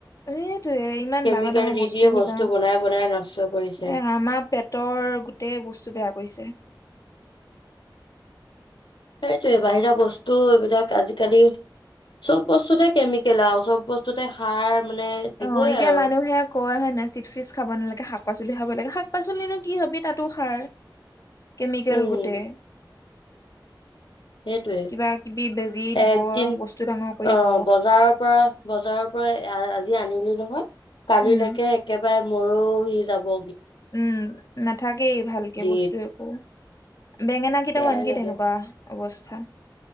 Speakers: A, on the left (about 45°); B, on the left (about 80°).
A: এইটোয়ে ইমান
B: কেমিকেল
A: ডাঙৰ ডাঙৰ
B: দি
A: বস্তু
B: দিয়ে
A: দ
B: বনাই বনাই নষ্ট কৰিছে।
A: এ আমাৰ পেটৰ গোটেই বস্তু বেয়া কৰিছে
B: সেইটোয়ে বাহিৰা বস্তু এইবিলাক আজিকালি চব বস্তুতে কেমিকেল আৰু চব বস্তুতে সাৰ মানে দিবই
A: অ এতিয়া
B: আৰু।
A: মানুহে ক হয় নহয় চিপ চিপ খাব নালাগে শাক শাক পাচলি খাব লাগে শাক পাচলি কি তাতো খায় কেমিকেল
B: উম,
A: গোটেই
B: সেইটোয়ে
A: কিবা কিবি বেজি দিব
B: একদিন
A: বস্তু ডাঙৰ কৰিব
B: অ' বজাৰৰ পৰা বজাৰৰ পৰা আজি আনিলি নহয় কালিলৈকে
A: উম
B: একেবাৰে মৰহি যাব
A: উম নাথাকেই ভালকে
B: যি
A: বস্তু একো বেঙেনা কেইটাও
B: বেয়াই
A: আনকি
B: লাগে।
A: তেনেকুৱা অৱস্থা